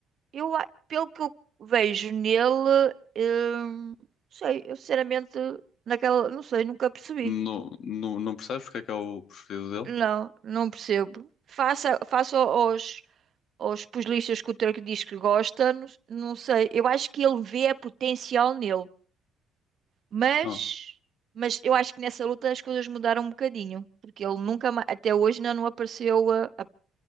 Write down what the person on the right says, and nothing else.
eu, a- pelo que eu vejo nele, hum, não sei, eu sinceramente, naquela, não sei, nunca percebi.
Não, não percebo. Faça, faça aos, aos pugilistas que o Turco diz que gosta, não, não sei. Eu acho que ele vê a potencial nele, mas,
mas eu acho que nessa luta as coisas mudaram um bocadinho, porque ele nunca, ma- até hoje ainda não apareceu, a- a-